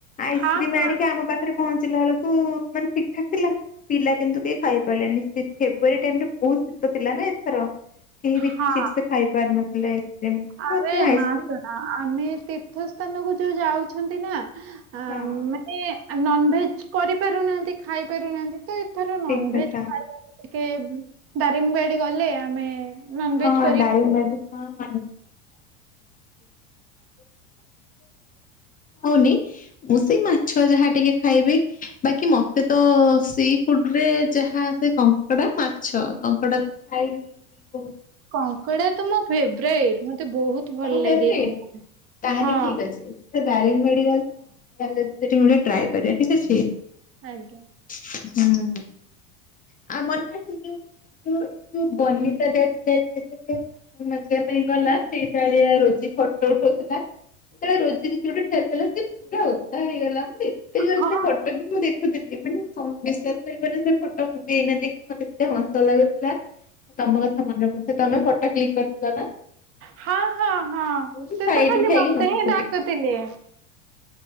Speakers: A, on the left; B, on the right.
A: ଆଇସ୍କ୍ରିମ୍
B: ହଁ
A: ଆଣିକି ଆମ ପାଖରେ ପହ ଞ୍ଚିଲା ବେଳକୁ ମାନେ ଠିକ୍ ଠାକ୍ ଥିଲା। ପିଲା କିନ୍ତୁ କେହି ଖାଇ ପାରିଲେନି ସେ ଫେବୃଆରୀ ଟାଇମ୍ ରେ ବହୁତ ଶୀତ ଥିଲା ନା ଏଥର କେହି ବି
B: ହଁ।
A: ଠିକ୍ ସେ ଖାଇପାରୁ ନଥିଲେ ଆଇସ୍କ୍ରିମ
B: ଆରେ
A: ମତେ ଆଇସ୍କ୍ରିମ୍
B: ନା ଶୁଣ ଆମେ ତୀର୍ଥ ସ୍ଥାନକୁ ଯୋଉ ଯାଉଛନ୍ତି ନା ଆ
A: ହଁ
B: ମାନେ ଆ ନନ ଭେଜ କରିପାରୁନାହାନ୍ତି ଖାଇ ପାରୁନାହାନ୍ତି। ତ ଏଥର ନନଭେଜ
A: ଠିକ୍ କଥା।
B: ଖାଇବାକୁ କେ ଦାରିଙ୍ଗିବାଡି ଗଲେ ଆମେ ନନଭେଜ
A: ହଁ
B: କରି
A: ଦାରିଙ୍ଗବା ହଁ ଖାଉନି ମୁଁ ସେଇ ମାଛ ଯାହା ଟିକେ ଖାଇବି ବାକି ମତେ ତ ସି ଫୁଡରେ ଯାହା ସେ କଙ୍କଡା ମାଛ କଙ୍କଡା ତ ଖାଇବି।
B: କଙ୍କଡା ତ ମୋ ଫେବରାଇଟ ମତେ ବହୁତ ଭଲ
A: ତମ ଫେବରାଇଟ
B: ଲାଗେ। କଙ୍କଡା
A: ତାହେଲେ
B: ହଁ
A: <unintelligible> ଟ୍ରାଏ କରିବା ଠିକ ଅଛି।
B: ଆଜ୍ଞା।
A: <unintelligible> ହୁଁ ଆ ମନେ ଅଛି ଯୋଉ ଯୋଉ ଯୋଉ ବନିତା ଯାଇଥି ସେ ଯେତେବେଳେ ମଜିବା ପାଇଁ ଗଲା ସେଇଟାଳିଆ ରୋଜି ଫଟୋ ଉଠଉଥିଲା ସେତେବେଳେ ରୋଜିକି କିଏ ଗୋଟେ ଠେଲି ଦେଲା ସେ ପୁରା ଉଦା ହେଇଗଲା ମାନେ ଏତେ ଜୋର
B: ହଁ
A: ସେ ଫଟୋବି ମୁଁ ଦେଖୁଥିଲି ମାନେ ଶ ବିସ୍ୱାଶ ସେଇ ଫୋନ୍ରେ ସେଇ ଫଟୋ ମୁବି ଏଇନା ଦେଖି ମତେ ଏତେ ହସ ଲାଗୁଥିଲା ମୁଁ ତମ କଥା ମନେ ପଡ଼ୁ ତମେ ଫଟୋ କ୍ଲିକ କରିଥିଲ ନା।
B: ହଁ ହଁ ହଁ
A: ମୁଁ
B: ସେତ
A: ସାଇଟ୍
B: ଖାଲି
A: ହେଇକି
B: ମତେ
A: ହସୁଥିଲି
B: ହିଁ ଡାକୁଥିଲେ।